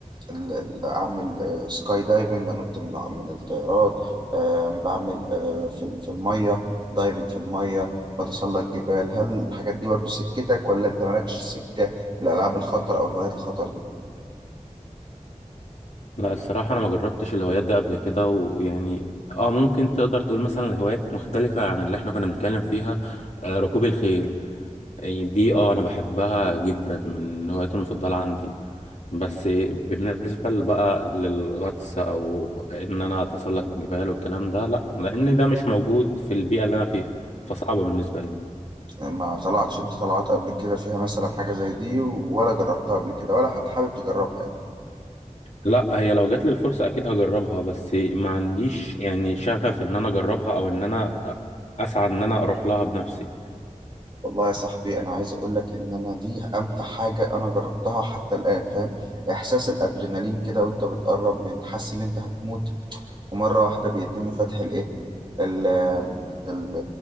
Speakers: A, on the right; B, on the left.
A: ال... ال- اعمل آه، سكاي دايفنج انط من من الطيارات آه، بعمل آه، في ال- في المية دايفنج في المية بتسلق جبال هل الحاجات دي برضو سكتك ولا انت مالكش سكة بالألعاب الخطر أو الهوايات الخطر دي
B: لا الصراحه انا ما جربتش الهوايات ده قبل كده ويعني اه ممكن تقدر تقول مثلا الهوايات مختلفه عن اللي احنا كنا بنتكلم فيها آه ركوب الخيل يعني دي اه انا بحبها جدا من الهوايات المفضله عندي بس بالنسبة بقى للغطس أو إن أنا أتسلق الجبال والكلام ده لأ لأن ده مش موجود في البيئة اللي أنا فيها فصعبة بالنسبة لي
A: يعني ما طلعتش أنت طلعت قبل كده فيها مثلا حاجة زي دي ولا جربتها قبل كده ولا حتى حابب تجربها يعني
B: لأ هي لو جات لي الفرصة أكيد هجربها بس ما عنديش يعني شغف إن أنا أجربها أو إن أنا أسعى إن أنا أروح لها بنفسي
A: والله يا صاحبي أنا عايز أقول لك إن أنا دي أمتع حاجة أنا جربتها حتى الآن فاهم إحساس الأدرينالين كده وأنت بتقرب من حاسس إن أنت هتموت ومرة واحدة بيتم فتح الإيه ال- ال-